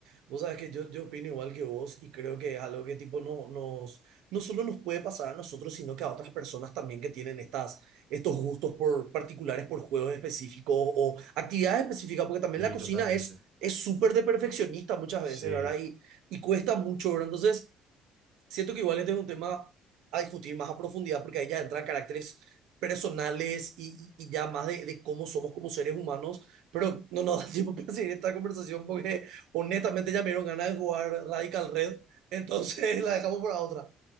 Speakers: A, on the right (about 80°); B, on the right (about 60°).
A: vos sabes que yo, yo opino igual que vos y creo que es algo que tipo no, nos, no solo nos puede pasar a nosotros, sino que a otras personas también que tienen estas, estos gustos por, particulares por juegos específicos o actividades específicas, porque también
B: Sí,
A: la cocina
B: totalmente.
A: es es súper de perfeccionista muchas veces,
B: Sí.
A: ¿verdad? Y, y cuesta mucho, ¿verdad? Entonces, Siento que igual este es un tema a discutir más a profundidad porque ahí ya entran caracteres personales y, y- y ya más de, de cómo somos como seres humanos, pero no nos <laughs> da tiempo para seguir esta conversación porque honestamente ya me dieron ganas de jugar Radical Red, entonces <laughs> la dejamos para otra.